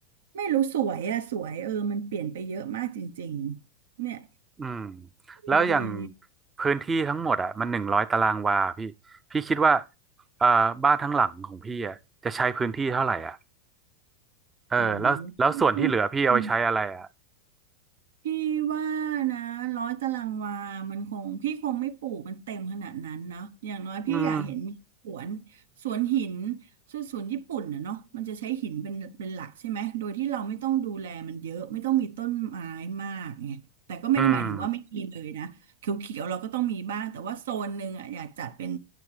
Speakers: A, on the right; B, on the right.
A: ไม่รู้สวยอ่ะสวยเออมันเปลี่ยนไปเยอะมากจริงๆเนี่ย
B: อืม
A: เลยเลย
B: แล้วอย่างพื้นที่ทั้งหมดอ่ะมันหนึ่งร้อยตารางวาพี่พี่คิดว่าเอ่อบ้านทั้งหลังของพี่อ่ะจะใช้พื้นที่เท่าไหร่อ่ะ เออแล้วแล้วส่วนที่เหลือพี่เอาไปใช้อะไรอ่ะ
A: โอ้โห พี่ว่านะร้อยตารางวามันคงพี่คงไม่ปลูกมันเต็มขนาดนั้นเนาะอย่างน้อยพี่อยากเห็นมีสวน
B: อืม
A: สวนหินส่วนสวนญี่ปุ่นนะเนาะมันจะใช้หินเป็นเป็นหลักใช่ไหมโดยที่เราไม่ต้องดูแลมันเยอะไม่ต้องมีต้นไม้มากไงแต่ก็ไม่ได้หมายถึงว่าไม่มีเลยนะเขียวๆเราก็ต้องมีบ้างแต่ว่าโซนหนึ่งอ่ะอยากจัดเป็น
B: อืม